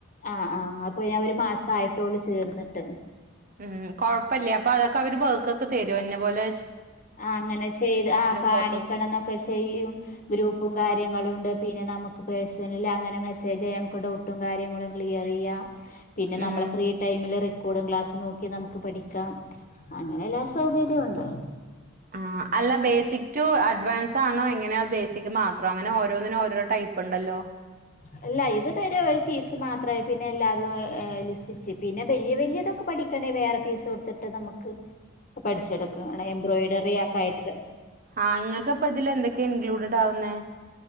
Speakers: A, on the left; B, on the right.
A: ആഹ് ആഹ് അപ്പൊ ഞാൻ ഒരു മാസായിട്ടോള്ളൂ ചേർന്നിട്ട്
B: ഉം കൊഴപ്പല്ലേ അപ്പൊ അതൊക്കവര് വർക്കൊക്കെ തരോ ഇന്നപോലെ
A: ആ അങ്ങനെ ചെയ്ത് ആ കാണിക്കണംന്നൊക്കെ
B: ഫോട്ടോസ്
A: ചെയ്യും ഗ്രൂപ്പും കാര്യങ്ങളുണ്ട് പിന്നെ നമുക്ക് പേഴ്ണലിൽ അങ്ങനെ മെസേജെയ്യാം ഡൗട്ടും കാര്യങ്ങളും ക്ലിയർ ചെയ്യാം പിന്നെ നമ്മള്
B: ഉം
A: ഫ്രീ ടൈമില് റെക്കോഡും ക്ലാസ്സും നോക്കി നമുക്ക് പഠിക്കാം അങ്ങനെ എല്ലാ സൗകര്യവുണ്ട്
B: ആഹ് അല്ല ബേസിക് ടു അഡ്വാൻസാണോ എങ്ങനെയാ ബേസിക് മാത്രൊ അങ്ങനെ ഓരോന്നിനും ഓരോ ടൈപ്പ്ണ്ടല്ലോ
A: അല്ല ഇത് വരെ ഒരു ഫീസ് മാത്രമായി പിന്നെ എല്ലാതും ലിസ്സിച്ച് പിന്നെ വല്യ വല്യതൊ ക്കെ പഠിക്കണേ വറെ ഫീസ് കൊടുത്തിട്ട ട്ട് നമുക്ക് പഠിച്ചെടുക്കാണ് എംബ്രോയ്ഡറിയൊക്കായിട്ട്
B: ആഹ് ഇങ്ങൾക്ക് ഇപ്പ ഇതിലെന്തൊക്കെയാ ഇൻക്ലൂഡഡാവുന്നേ